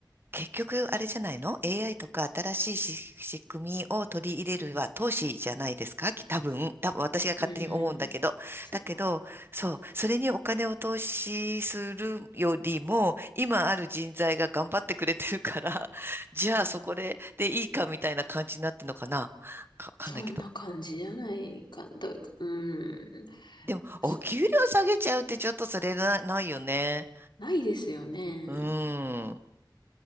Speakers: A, on the right; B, on the left.
A: 結局、あれじゃないの ?AI とか新しいし仕組みを取り入れるは投資じゃないですかき多分、多分私が勝手に思うんだけど。
B: うんうん。そうか。
A: だけど、そう、それにお金を投資するよりも、今ある人材が頑張ってくれてるから、<laughs> じゃあそこで、
B: うん、
A: でいいかみたいな感じになってるのかなかわかんないけど。
B: そんな感じじゃないかな。どううん。
A: でも、
B: そ
A: お給料下げちゃうってちょっとそれな、ないよね。
B: ないですよね。
A: うん。